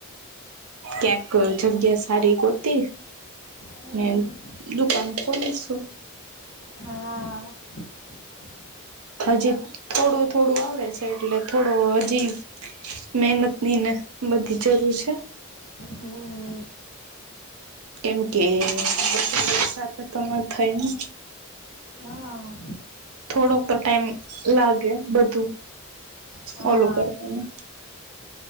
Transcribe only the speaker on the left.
હમ
હા આ અ આ
હમ
હા
હા